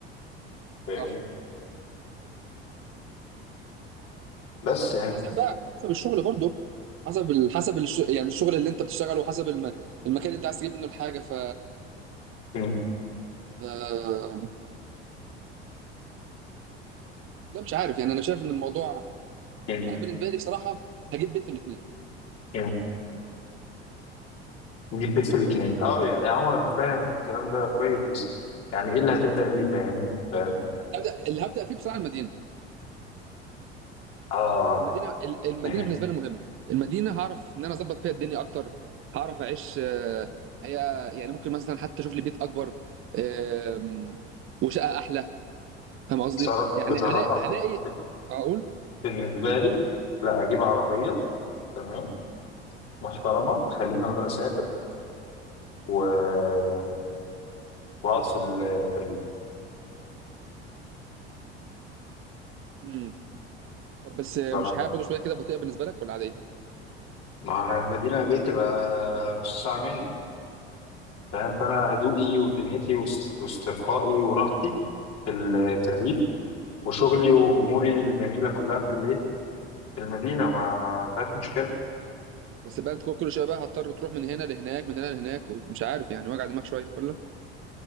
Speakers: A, on the left (about 50°); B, on the right (about 40°).
A: فاهمني
B: صح
A: بس يعني
B: حسب بقى حسب الشغل برضه حسب ال... حسب الش... يعني الشغل اللي انت بتشتغله وحسب الم... المكان اللي انت عايز تجيب منه الحاجه ف
A: م-
B: آه، والله مش عارف يعني انا شايف ان الموضوع
A: م-
B: انا بالنسبه لي بصراحه هجيب بيت في الاثنين
A: م. نجيب بيت في الاثنين اه يا يا عمر انا فاهم الكلام ده كويس بس يعني ايه اللي هتبدا بيه فاهمني فاهم
B: اللي هبدا اللي هبدا فيه بصراحه المدينه
A: اه
B: المدينه ال- المدينه
A: م.
B: بالنسبه لي مهمه المدينه هعرف ان انا اظبط فيها الدنيا اكتر هعرف اعيش آه، حياه يعني ممكن مثلا حتى اشوف لي بيت اكبر آم، وشقه احلى فاهم قصدي
A: بصرا-
B: يعني
A: بصراحة
B: هلاقي هلاقي
A: ب-
B: اقول
A: بالنسبة لي لا أجيب عربية تمام محترمة تخليني أقدر أسافر و... وأقعد في ال- في الريف
B: امم طب بس مش
A: بصراحة
B: حياه برضه شويه كده بطيئه بالنسبه لك ولا عاديه
A: ما أنا المدينة اللي بيه تبقى نص ساعة مني تمام فأنا هدوئي ودنيتي وس- واسترخائي وراحتي في ال- في الريف وشغلي وأموري الجميلة كلها في الإيه في المدينة ما ما فيهاش مشكلة
B: بس بقى انت كل كل شويه بقى هتضطر تروح من هنا لهناك من هنا لهناك ومش عارف يعني وجع دماغ شويه ولا